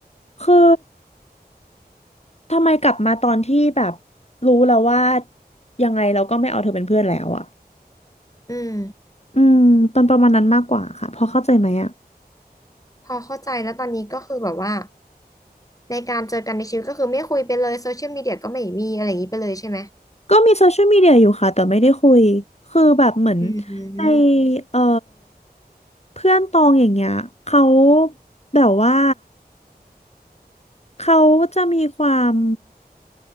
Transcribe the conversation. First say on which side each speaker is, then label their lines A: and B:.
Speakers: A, on the left; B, on the left.
A: คือ ทำไมกลับมาตอนที่แบบรู้แล้วว่ายังไงเราก็ไม่เอาเธอเป็นเพื่อนแล้วอ่ะ
B: อืม
A: อืมเป็นประมาณนั้นมากกว่าค่ะพอเข้าใจไหมอ่ะ
B: พอเข้าใจแล้วตอนนี้ก็คือแบบว่าในการเจอกันในชีวิตก็คือไม่คุยไปเลยโซเชียลมีเดียก็ไม่มีอะไรอย่างนี้ไปเลยใช่ไหม
A: ก็มีโซเชียลมีเดียอยู่ค่ะแต่ไม่ได้คุยคือแบบเหมือน
B: อืม
A: ในเอ่อเพื่อนตองอย่างเงี้ยเขาแบบว่าเขาจะมีความ